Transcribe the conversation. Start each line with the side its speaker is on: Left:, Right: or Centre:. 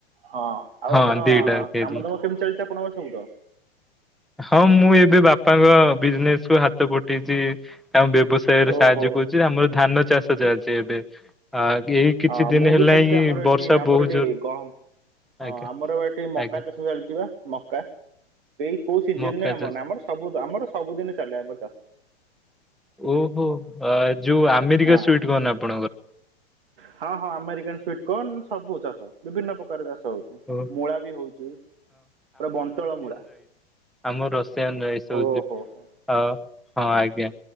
Right: ହଁ। ଆଉ
Centre: ହଁ
Right: ଆପଣ
Centre: ଦିଟା ହେଇଥିଲା
Right: କାମ ଦାମ କେମିତି ଚାଲିଛି ଆପଣଙ୍କର ସବୁ ତ?
Centre: ହଁ ମୁଁ ଏବେ ବାପାଙ୍କ ବିଜନେସ କୁ ହାତ ପଠେଇଛି। ଆମ ବ୍ୟବସାୟରେ
Right: ଓହୋ
Centre: ସାହାଯ୍ୟ କରୁଛି। ଆମର ଧାନ ଚାଷ ଚାଲିଛି ଏବେ। ଏଇ କିଛି
Right: ଅ
Centre: ଦିନ
Right: ମୁଁ
Centre: ହେଲା
Right: ବି ସେମତି
Centre: ହିଁ
Right: ଆମର
Centre: ବର୍ଷା
Right: ଏଠି ଆମର
Centre: ବହୁତ
Right: ଏଠି
Centre: ଜୋର
Right: ଗହ-
Centre: ଆଜ୍ଞା
Right: ହଁ ଆମର ଏଠି ମକା
Centre: ଆଜ୍ଞା
Right: ଚାଷ ଚାଲିଛି ବା ମକା। ଏଇ- କୋଉ ସିଜନ
Centre: ମକା
Right: ରେ ଆମର
Centre: ଚାଷ
Right: ନାଇଁ ଆମର ସବୁ ଆମର ସବୁଦିନ ଚାଲେ ଆମର ଚାଷ।
Centre: ଓହୋ ଯୋଉ ଆମେରିକା
Right: ହଁ
Centre: ସୁଇଟ କର୍ଣ୍ଣ ଆପଣଙ୍କର।
Right: ହଁ ହଁ ଆମେରିକାନ ସୁଇଟ କର୍ଣ୍ଣ। ସବୁ ଚାଷ ବିଭିନ୍ନ ପ୍ରକାର ଚାଷ। ହ।
Centre: ଓ
Right: ମୂଳା ବି ହଉଛି ପୁରା ବନ୍ତଳ ମୂଳା।
Centre: ଆମ ରସାୟନ ରାଇସ ହେଉଛି।
Right: ଓହୋ ହୋ ହଁ
Centre: ଅ ହଁ ଆଜ୍ଞା।